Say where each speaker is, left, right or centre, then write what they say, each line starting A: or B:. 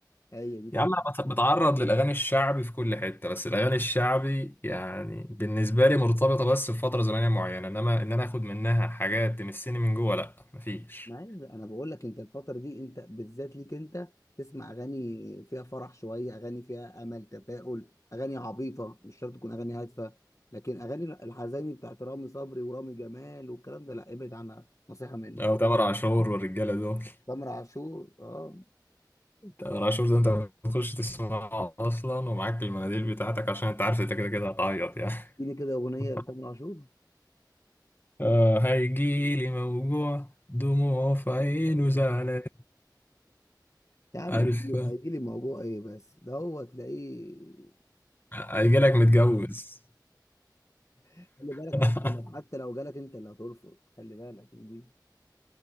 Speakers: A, on the left; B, on the left.
A: هي دي طيب
B: يا عم انا بت- بتعرض للاغاني الشعبي في كل حته بس الاغاني الشعبي يعني بالنسبه لي مرتبطه بس بفتره زمنيه معينه انما ان انا اخد منها حاجات تمسني من جوه لا مفيش
A: ما هي انا بقول لك انت الفتره دي انت بالذات ليك انت تسمع اغاني فيها فرح شويه اغاني فيها امل تفاؤل اغاني عبيطه مش شرط تكون اغاني هادفه لكن اغاني الحزيني بتاعت رامي صبري ورامي جمال والكلام ده لا ابعد عنها نصيحه مني
B: او تامر عاشور والرجاله دول
A: تامر عاشور اه
B: تامر عاشور ده انت بتخش تسمعه اصلا ومعاك المناديل بتاعتك عشان انت عارف انت كده كده هتعيط يعني
A: اديني كده اغنيه
B: <laughs>
A: لتامر عاشور
B: آه هيجيلي موجوع دموع في عينه
A: <laughs>
B: زعلان
A: يا عم
B: عارف
A: هيجي لي موضوع ايه بس ده هو تلاقيه
B: هيجيلك
A: <laughs>
B: متجوز
A: خلي بالك
B: <laughs>
A: حتى لو حتى لو جالك انت اللي هترفض خلي بالك دي